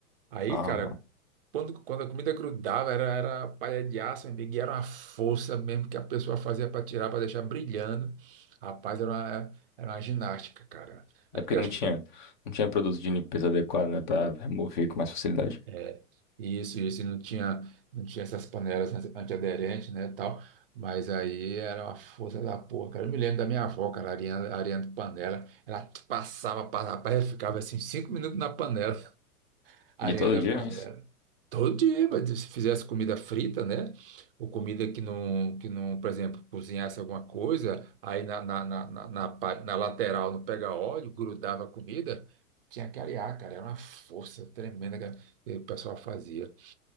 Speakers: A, on the right (about 40°); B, on the left (about 35°).
A: Aí,
B: Ah,
A: cara, quando, quando a comida grudava, era, era palha de aço, meu amigo, e era uma força mesmo que a pessoa fazia para tirar, para deixar brilhando. Rapaz, era uma, era uma ginástica, cara. É
B: é porque
A: porque
B: não
A: eu acho
B: tinha,
A: que
B: não tinha produto de limpeza adequado, né, pra remover com mais facilidade.
A: É, isso, isso, e não tinha, não tinha essas panelas anti- antiaderentes, né, tal, mas aí era uma força da porra, cara, eu me lembro da minha avó, cara, a Ariana, a Ariana de panela, ela passava, passava, rapaz, eu ficava assim, cinco minutos na panela, <laughs> a
B: E
A: Ariana
B: todo dia,
A: da panela,
B: é isso
A: todo dia, mas se fizesse comida frita, né, ou comida que não, que não, por exemplo, cozinhasse alguma coisa, aí na, na, na, na, na parte- na lateral não pega óleo, grudava a comida, tinha que arear, cara, era uma força tremenda, cara, que o pessoal fazia.